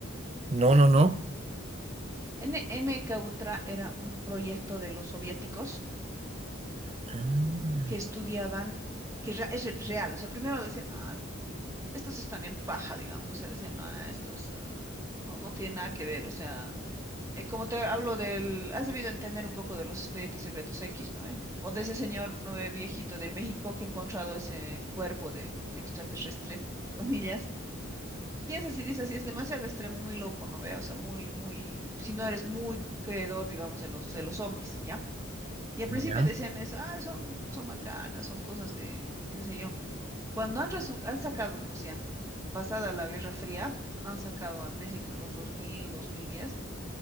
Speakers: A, on the right; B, on the right.
A: No, no, no.
B: N M K Ultra era un proyecto de los soviéticos
A: Ah,
B: que estudiaban, que rea- es re- real, o sea, primero decían, no, estos están en paja, digamos, o sea, decían, no, ah, estos ah, no, no tienen nada que ver, o sea, eh, como te hablo del, has debido entender un poco de los expedientes secretos X, ¿no? eh? O de ese señor, no ve, viejito del México que ha encontrado ese cuerpo de un extraterrestre, entre comillas. Piensas y dices, sí es demasiado extremo, muy loco, ¿no ve? O sea, muy, muy, si no eres muy creedor, digamos, de los, de los ovnis, ¿ya? Y al principio
A: ya,
B: decían eso, ah, son, son macanas, son cosas de, qué sé yo. Cuando han, resu- han sacado, pues ya, pasada la Guerra Fría, han sacado al principio en los 2000, 2010,